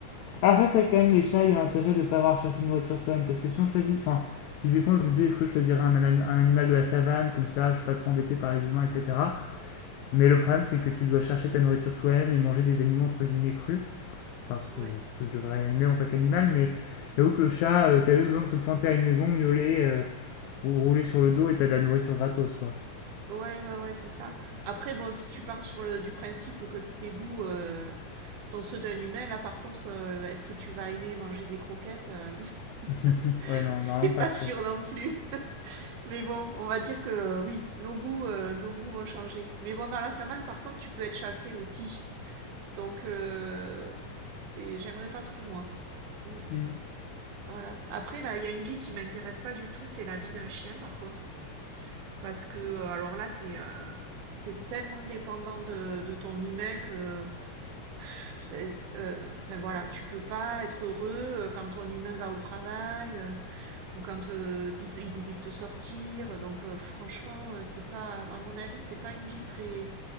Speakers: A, on the left (about 85°); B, on the right (about 75°).
A: Après,
B: Ouais,
A: ça, quand même,
B: ouais,
A: les chats, il y a l'intérêt de ne pas avoir cherché une voiture soi-même. Parce que si on choisit. Enfin, typiquement, je me disais, est-ce que je choisirais un, anim- un animal de la savane, comme ça, je suis pas trop embêté par les humains, etc. Mais le problème, c'est que tu dois chercher ta nourriture toi-même et manger des animaux, entre guillemets, crus. Enfin, ce que,
B: ouais,
A: que je devrais aimer en tant qu'animal, mais j'avoue que le chat, tu t'as juste besoin de te pointer à une maison, miauler, euh, ou rouler sur le dos et t'as de la nourriture gratos, quoi.
B: ouais, ouais, ouais, c'est ça. Après, bon, si tu pars sur le du principe que tes goûts euh, sont ceux d'un humain, là, par contre, euh, est-ce que tu vas aimer manger des croquettes? euh,
A: <laughs>
B: <laughs>
A: Ouais, non,
B: c'est
A: normalement pas
B: pas
A: trop.
B: sûr non plus. <laughs> Mais bon, on va dire que euh, oui, nos goûts, euh, nos goûts vont changer. Mais bon, dans la savane, par contre, tu peux être chassé aussi. Donc, euh, c'est, j'aimerais pas trop, moi. Mmh,
A: Hmm.
B: voilà. Après là, il y a une vie qui m'intéresse pas du tout, c'est la vie d'un chien par contre. Parce que, heu, alors là, t'es es, heu, tellement dépendant de de ton humain que pff, c'est heu, enfin voilà, tu peux pas être heureux, heu, quand ton humain va au travail, heu, ou quand, heu, il te il oublie de te sortir, donc heu, franchement, heu, c'est pas à mon avis, c'est pas une vie très